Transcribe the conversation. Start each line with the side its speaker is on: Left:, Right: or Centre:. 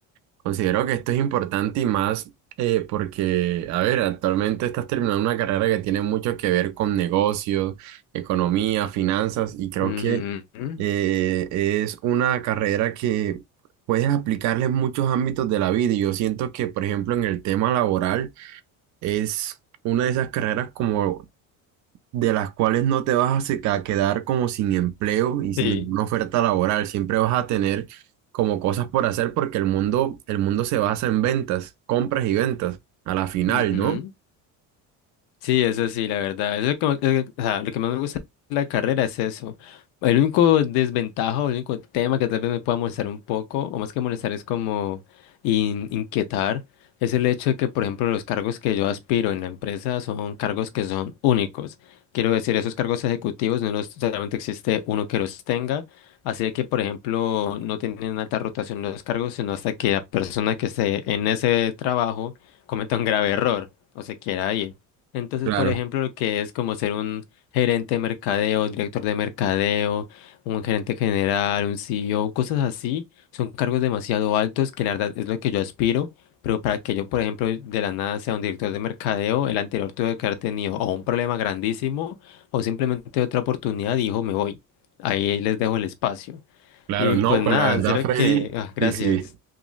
Right: Considero que esto es importante y más eh, porque, a ver, actualmente estás terminando una carrera que tiene mucho que ver con negocios, economía, finanzas y creo
Left: ujú,
Right: que eh, es una carrera que puedes aplicarle en muchos ámbitos de la vida y yo siento que, por ejemplo, en el tema laboral es... Una de esas carreras como de las cuales no te vas a se- a quedar como sin empleo y sin
Left: Sí.
Right: ninguna oferta laboral. Siempre vas a tener como cosas por hacer porque el mundo, el mundo se basa en ventas, compras y ventas, a la final,
Left: ujú.
Right: ¿no?
Left: Sí, eso sí, la verdad. Eso es como- eh, o sea, lo que más me gusta de la carrera es eso. El único desventaja o el único tema que tal vez me pueda molestar un poco, o más que molestar, es como in- inquietar, es el hecho de que, por ejemplo, los cargos que yo aspiro en la empresa son cargos que son únicos. Quiero decir, esos cargos ejecutivos no los, solamente existe uno que los tenga. Así de que, por ejemplo, no tienen alta rotación los cargos, sino hasta que la persona que esté en ese trabajo cometa un grave error o se quiera ir. Entonces,
Right: Claro,
Left: por ejemplo, lo que es como ser un gerente de mercadeo, director de mercadeo, un gerente general, un CEO, cosas así, son cargos demasiado altos que la verdad es lo que yo aspiro, pero para que yo, por ejemplo, de la nada sea un director de mercadeo, el anterior tuve que haber tenido o un problema grandísimo o simplemente otra oportunidad y dijo, me voy. Ahí les dejo el espacio.
Right: claro,
Left: Y
Right: no,
Left: pues
Right: pues
Left: nada,
Right: la verdad,
Left: en serio
Right: Freddy,
Left: que, ah, gracias.
Right: sí, sí,